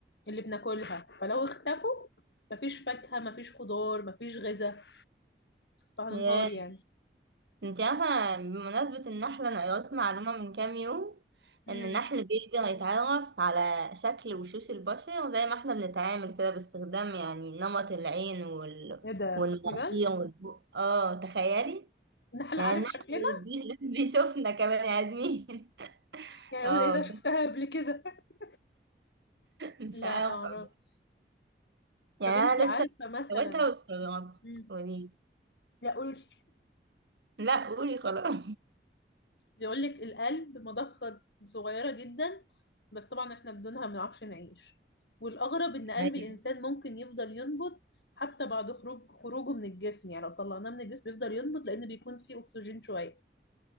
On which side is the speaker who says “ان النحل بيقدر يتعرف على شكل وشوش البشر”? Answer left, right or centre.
Right